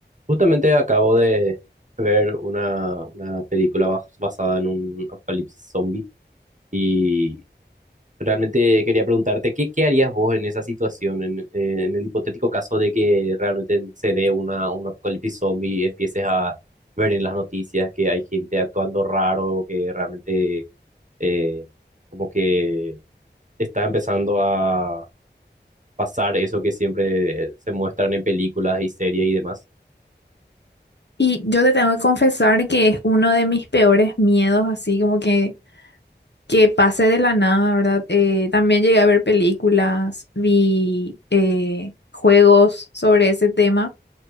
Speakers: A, on the right (about 45°); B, on the left (about 70°).
A: Justamente acabo de ver una, una película bas- basada en un apocalipsis zombie y realmente quería preguntarte, ¿qué, qué harías vos en esa situación, en, eh, en el hipotético caso de que realmente se dé una, un apocalipsis zombie y empieces a ver en las noticias que hay gente actuando raro, que realmente eh, como que está empezando a pasar eso que siempre eh, se muestran en películas y series y demás?
B: Y yo te tengo que confesar que es uno de mis peores miedos, así como que, que pase de la nada, ¿verdad? Eh, también llegué a ver películas, vi eh, juegos sobre ese tema